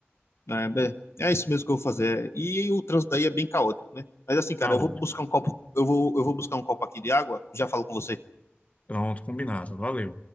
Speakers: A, on the left; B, on the left.
A: É, bem, é isso mesmo que eu vou fazer. E o trânsito daí é bem caótico, né? Mas assim, cara,
B: Tá
A: eu
B: ótimo.
A: vou buscar um copo, eu vou, eu vou buscar um copo aqui de água, já falo com você.
B: Pronto, combinado. Valeu.